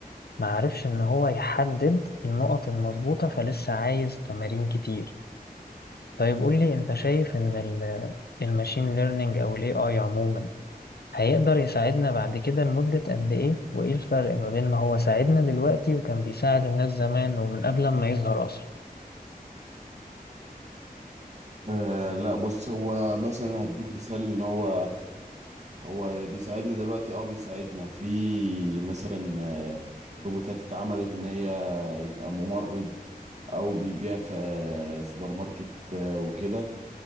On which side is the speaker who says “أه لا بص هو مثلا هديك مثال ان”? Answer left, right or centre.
Right